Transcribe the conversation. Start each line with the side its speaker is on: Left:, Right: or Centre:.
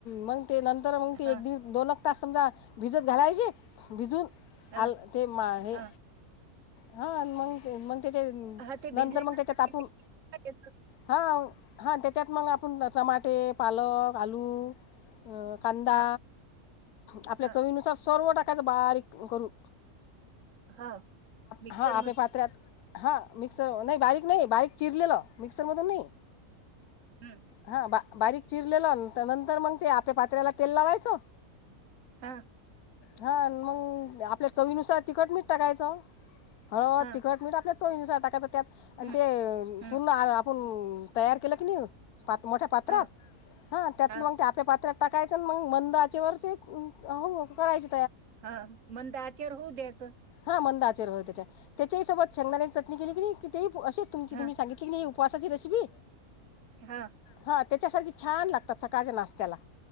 Left: मग ते नंतर मग ते
Right: हां,
Left: एक दि दोनक तास समजा भिजत घालायचे. भिजून
Right: हां,
Left: आल ते मा हे.
Right: हां.
Left: हा मग मग त्याचे
Right: हां ते
Left: नंतर
Right: भिजल्यानंतर
Left: मग त्याच्या तापून.
Right: ते मिक्सरला त्याचं
Left: हा हा त्याच्यात मग आपण टमाटे पालक आलू. अ कांदा
Right: हां,
Left: आपल्या
Right: हां,
Left: चवीनुसार सर्व टा कांदा तर बारीक करू
Right: हो मिक्सरमध्ये
Left: हा आपे पात्र हा मिक्सर नाही बारीक नाही बारीक. चिरलेलं मिक्सरमधून नाही
Right: हं,
Left: हां बा. बारीक चिरलेल नंतर मग ते आपल्या पात्र्याला तेल लावायचं.
Right: हा.
Left: हा मग आपल्या चवीनुसार तिखट मीठ टाकायचं. होळ
Right: हां,
Left: तिखट मी आपल्या चोईंस टाकायच त्यात आणि
Right: हं,
Left: ते
Right: हं.
Left: पूर्ण. आपण तयार केलं की नाही प मोठ्या पात्रात
Right: हो,
Left: हा त्यातलं
Right: हो,
Left: मग ते आपल्या पात्रात टाक. काय मग मंदाचे वर ते हो करायच
Right: हा मंद आचार होऊ द्याचं
Left: हा मंद आचर हो त्याच्या त्याच्याही सोबत छंगदाने चटणी केली िती अेच तुमची
Right: हां,
Left: तुम्ही सांगितली की उपवासाची रेसिपी
Right: हा
Left: हां छान लातात सकाळच्या नात्याला